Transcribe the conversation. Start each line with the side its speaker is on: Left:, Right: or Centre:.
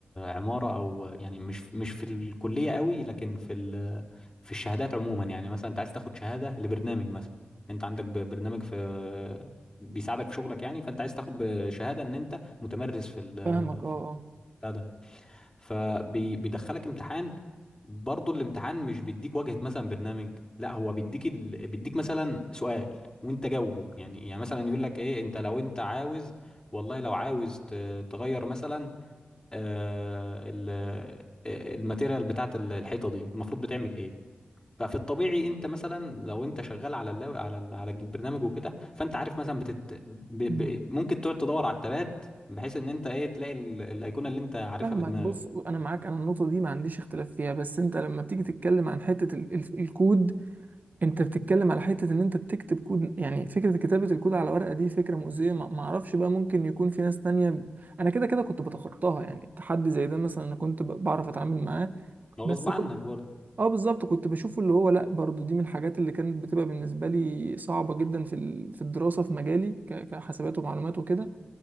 Left: عمارة أو يعني مش مش في الكلية قوي لكن في ال- في الشهادات عموما يعني مثلا أنت عايز تاخد شهادة لبرنامج مثلا أنت عندك ب- برنامج في بيساعدك في شغلك يعني فأنت عايز تاخد ب- شهادة إن أنت متمرس في ال
Right: فاهمك اه
Left: في
Right: اه
Left: بتاع ده فبيدخلك امتحان برضه الامتحان مش بيديك واجهة مثلا برنامج لا هو بيديك ال... بيديك مثلا سؤال وانت جاوبه يعني يعني مثلا يقول لك ايه انت لو انت عاوز والله لو عاوز ت- تغير مثلا آه، ال- آه، الماتيريال بتاعت ال- الحيطه دي المفروض بتعمل ايه ففي الطبيعي انت مثلا لو انت شغال على اللاو... على ال- على البرنامج وكده فانت عارف مثلا بتت... ب...
Right: مم.
Left: ب... ممكن تقعد تدور على التبات بحيث ان انت ايه تلاقي ال... الايقونه اللي انت عارفها
Right: فاهمك
Left: في دماغك
Right: بص انا معاك انا النقطة دي ما عنديش اختلاف فيها بس انت لما بتيجي تتكلم عن حتة ال ال الكود انت بتتكلم على حتة ان انت بتكتب كود يعني فكرة كتابة الكود على ورقة دي فكرة مؤذية ما ما اعرفش بقى ممكن يكون في ناس تانية انا كده كده كنت بتخطاها يعني تحدي زي ده مثلا انا كنت ب- بعرف اتعامل معاه
Left: هو
Right: بس
Left: غصب عنك برضه
Right: اه بالظبط كنت بشوفه اللي هو لا برضو دي من الحاجات اللي كانت بتبقى بالنسبه لي صعبه جدا في ال- في الدراسه في مجالي ك- كحسابات ومعلومات وكده